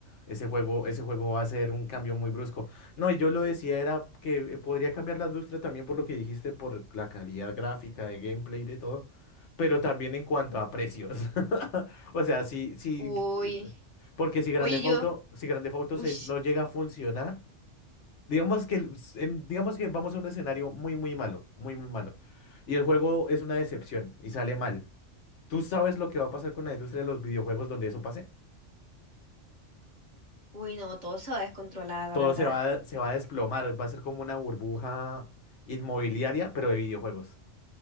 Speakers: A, on the left; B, on the right.
A: ese juego, ese juego va a ser un cambio muy brusco. No, y yo lo decía era que eh, podría cambiar la industria también por lo que dijiste, por la calidad gráfica, de gameplay, y de todo, pero también en cuanto a precios. <laughs> O sea, sí, sí,
B: Uy.
A: eh, porque si Grande
B: Oye, yo.
A: Auto, si Grande Auto
B: Uy.
A: 6 no llega a funcionar, digamos que, el- s- en- digamos que vamos a un escenario muy, muy malo, muy, muy malo, y el juego es una decepción y sale mal. ¿Tú sabes lo que va a pasar con la industria de los videojuegos donde eso pase?
B: Uy, no, todo se va a descontrolar, la
A: Todo
B: verdad.
A: se va, a- se va a desplomar, va a ser como una burbuja inmobiliaria, pero de videojuegos.